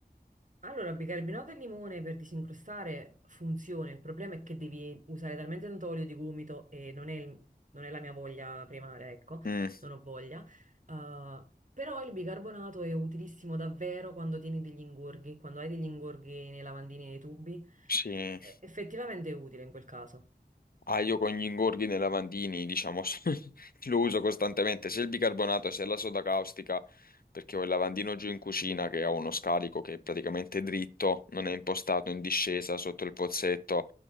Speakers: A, on the right; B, on the left.
A: Allora, bicarbonato e limone per disincrostare funziona, il problema è che devi usare talmente tanto olio di gomito e non è, il- non è la mia voglia primaria, ecco,
B: Mm,
A: non ho voglia. Uh, però il bicarbonato è utilissimo davvero quando tieni degli ingorghi, quando hai degli ingorghi nei lavandini e nei tubi,
B: sì.
A: è effettivamente è utile in quel caso.
B: Ah, io con gli ingorghi nei lavandini, diciamo, <laughs> lo uso costantemente, sia il bicarbonato sia la soda caustica, perché ho il lavandino giù in cucina che ha uno scarico che è praticamente dritto, non è impostato in discesa sotto il pozzetto,